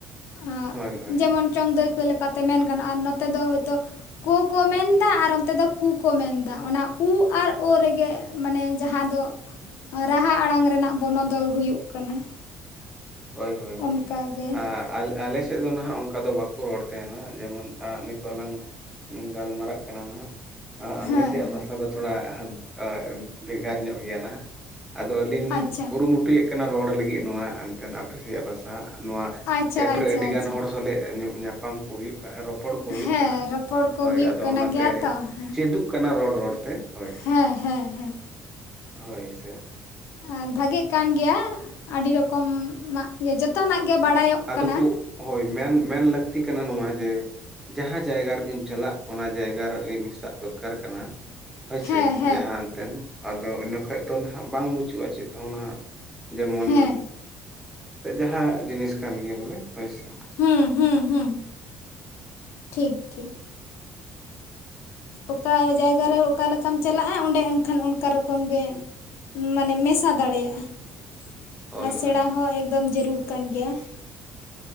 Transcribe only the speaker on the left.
ᱟᱜ,
ᱡᱮᱢᱚᱱ? ᱪᱚᱝ ᱫᱟᱹᱭᱠᱟᱹ ᱞᱮᱠᱟᱛᱮ ᱢᱮᱱ ᱜᱟᱱᱼᱟ ᱱᱚᱛᱮ ᱫᱚ ᱦᱳᱭᱛᱳ, ᱠᱳ ᱠᱚ ᱢᱮᱱᱫᱟ ᱟᱨ ᱚᱱᱛᱮ ᱫᱚ ᱠᱩ ᱠᱚ ᱢᱮᱱᱫᱟ ᱚᱱᱟ ᱩ ᱟᱨ ᱳ ᱨᱮᱜᱮ ᱢᱟᱱᱮ ᱡᱟᱸᱦᱟ ᱫᱚ, ᱨᱟᱦᱟ ᱟᱲᱟᱝ ᱨᱮᱱᱟᱜ ᱵᱚᱱᱚ ᱫᱚᱞ ᱦᱩᱭᱩᱜ ᱠᱟᱱᱟ᱾
ᱚᱱᱠᱟᱜᱮ
ᱦᱮᱸ
ᱦᱮᱸ
ᱟᱪᱪᱷᱟ
ᱟᱪᱪᱷᱟ
ᱟᱪᱪᱷᱟ
ᱟᱪᱪᱷᱟ
ᱦᱮᱸ
ᱨᱚᱯᱚᱲ
ᱠᱚ
ᱦᱩᱭᱩᱜ
ᱠᱟᱱ
ᱜᱮᱭᱟ ᱛᱚ ᱦᱮᱸ
ᱦᱮᱸ ᱦᱮᱸ ᱦᱮᱸ
ᱟᱨ ᱵᱷᱟᱜᱮᱜ ᱠᱟᱱ ᱜᱮᱭᱟ ᱾ ᱟᱹᱰᱤ ᱨᱚᱠᱚᱢ ᱢᱟᱜ ᱜᱮ ᱡᱚᱛᱚᱱᱟᱜ ᱜᱮ ᱵᱟᱲᱟᱭᱚᱜ
ᱠᱟᱱᱟ
ᱦᱮᱸ ᱦᱮᱸ
ᱦᱮᱸ
ᱦᱮᱸ, ᱦᱮᱸ ᱦᱮᱸ, ᱴᱷᱤᱠ, ᱴᱷᱤᱠ ᱾ ᱚᱠᱟ ᱡᱟᱭᱜᱟ ᱨᱮ, ᱚᱠᱟ ᱞᱮᱠᱟᱢ ᱪᱟᱞᱟᱜᱼᱟ ᱾ ᱚᱸᱰᱮ ᱮᱱᱠᱷᱟᱱ, ᱚᱱᱠᱟ ᱨᱚᱠᱚᱢ ᱜᱮ, ᱢᱟᱱᱮ, ᱢᱮᱥᱟ ᱫᱟᱲᱮᱭᱟᱜᱼᱟ ᱾
ᱟᱨ ᱥᱮᱬᱟ
ᱦᱚᱸ, ᱮᱠᱫᱚᱢ ᱡᱟᱹᱨᱩᱲ ᱠᱟᱱ ᱜᱮᱭᱟ ᱾